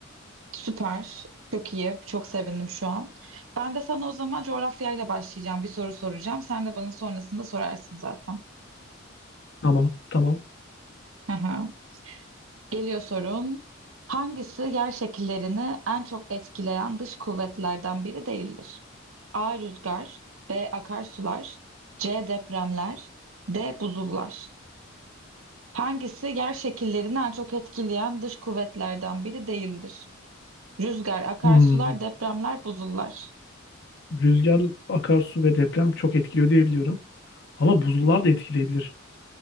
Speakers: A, on the right; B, on the left.
A: süper. Çok iyi. Çok sevindim şu an. Ben de sana o zaman coğrafyayla başlayacağım. Bir soru soracağım. Sen de bana sonrasında sorarsın zaten.
B: Tamam tamam.
A: Hı hı. Geliyor sorun. Hangisi yer şekillerini en çok etkileyen dış kuvvetlerden biri değildir? A. Rüzgar B. Akarsular C. Depremler D. Buzullar Hangisi yer şekillerini en çok etkileyen dış kuvvetlerden biri değildir? Rüzgar, akarsular,
B: Hmm,
A: depremler, buzullar
B: Rüzgar, akarsu ve deprem çok etkiliyor diye biliyorum. Ama buzullar da etkileyebilir.